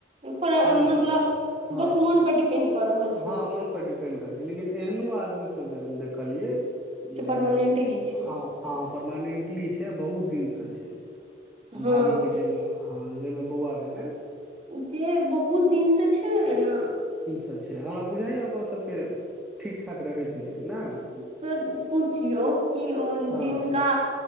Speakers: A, on the right (about 35°); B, in the centre.
A: पर
B: है
A: मतलब
B: न हँ
A: बस मोन पर डिपेंड कऽ रहल छै
B: हँ मोन पर डिपेंड करै छै लेकिन एहनो आदमी सब जे हम देखलियै
A: जे
B: यानी
A: परमानेंटली छै
B: हँ हँ परमानेंटली छै बहुत दिन से छै हम
A: हँ
B: भभी के जे जाहि में बौआ गैला
A: जे बहुत दिन से छै न
B: अ हमरा बुझाइया ग सबके ठीक ठाक रहै छै ने
A: सर सोचियौ कि
B: हँ
A: जिनका